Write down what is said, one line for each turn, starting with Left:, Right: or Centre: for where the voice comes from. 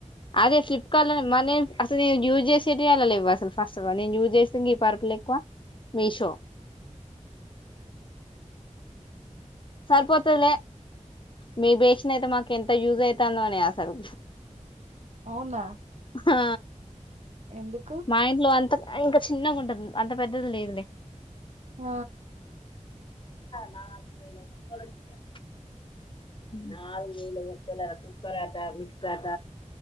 Left: అదే ఫ్లిప్కార్ట్ లోని మ అస యూజ్సేవి అలా లేవు అస్సలు ఫస్ట్ అఫ్ అల్ చేస్తంది ప లేకువా మీషో సరిపోతాదిలే మీ బెసేన అయితే మాకు ఎంత యూజ్ అవుతుందో అని అసలు
Right: అవునా
Left: ఆ
Right: ఎందుకు
Left: మా ఇంట్లో అంత ఇంకా చిన్నగా ఉంటది అంత పెద్దది లేదులే
Right: ఆ
Left: నాలు కోలజద నాలుగువేలు వస్తువులంట కుక్కరండా మిక్సీ అంట